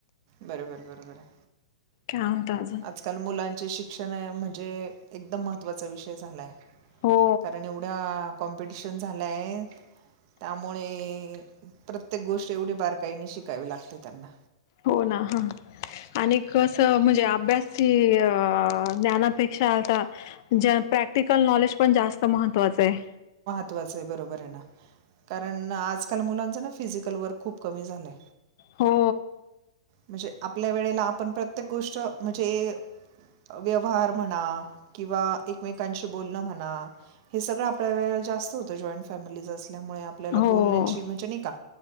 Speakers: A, on the right (about 50°); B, on the left (about 55°).
A: बरोबर बरोबर आहे.
B: काय म्हणता अजून
A: आजकाल मुलांचे शिक्षण म्हणजे एकदम महत्त्वाचा विषय झालाय.
B: हो
A: कारण एवढ्या कॉम्पिटिशन झालं आहे, त्यामुळे प्रत्येक गोष्ट एवढी बारकाईने शिकावी लागते त्यांना.
B: हो ना ह आणि कसं म्हणजे अभ्यासही अ ज्ञानापेक्षा आता ज प्रॅ प्रॅक्टिकल नॉलेज पण जास्त महत्त्वाचं आहे.
A: महत्वाच आहे बरोबर आहे ना. कारण आजकाल मुलांच ना फिजिकल वर्क खूप कमी झालंय.
B: हो.
A: म्हणजे आपल्या वेळेला आपण प्रत्येक गोष्ट म्हणजे व्यवहार म्हणा किंवा एकमेकांशी बोलणं म्हणा. हे सगळं आपल्या वेळे जास्त होतो जॉईंट फॅमिली अस ल्यामुळे आपल्याला
B: हो
A: बोलण्याचे म्हणजे नाही का